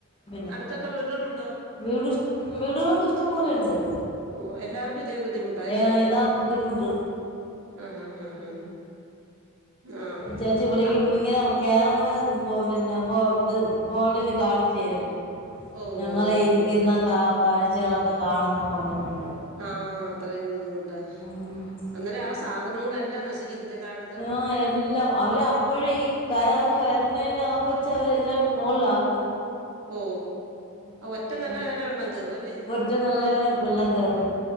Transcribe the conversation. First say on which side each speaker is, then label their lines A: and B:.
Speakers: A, on the left; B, on the right.
A: പിന്നെ
B: ത്തൊക്കെ വീടുകളുണ്ടോ?
A: വീട്ഷ് വീടുകളൊക്കെ ഇഷ്ടംപോലെയുണ്ട്.
B: ഓഹ് എല്ലാവർക്കും ഇതേ ബുദ്ധിമുട്ടാ അല്ലേ
A: ഏഹ് ഇതാ ബുദ്ധിമുട്ട്.
B: ആഹ് ആഹ് അഹ് ആഹ് ആഹ്
A: ചേച്ചി വിളിക്കുമ്പ
B: ആഹ്
A: ഇങ്ങനെ കേറുമ്പം പോ പിന്നെ പോ ഇത് ഫോണില് കാണിച്ചു തരും
B: ഓ
A: ഞങ്ങളെ ഇരിക്കുന്ന
B: ഓ
A: കാ കാഴ്ചകളൊക്കെ കാണു വെന്നും പറഞ്ഞും കൊണ്ട്
B: ആഹ് അത്രയും ബുദ്ധിമുട്ടാ
A: ഉം
B: അന്നരം ആഹ് സാധനങ്ങളെല്ലാം നശിക്കത്തില്ലേ താഴത്
A: ഓ എൽ ല്ല അവര് അപ്പഴ് ഈ കരകവിഞ്ഞ് വരുന്നേനകം വെച്ച് അവരെല്ലാം മുകളിലാക്കും.
B: ഓ
A: <unintelligible>
B: ഒറ്റ നില വരെ വെള്ളം കേറും അല്ലേ
A: മുറ്റ നല്ലവരെ വെള്ളം കേറും.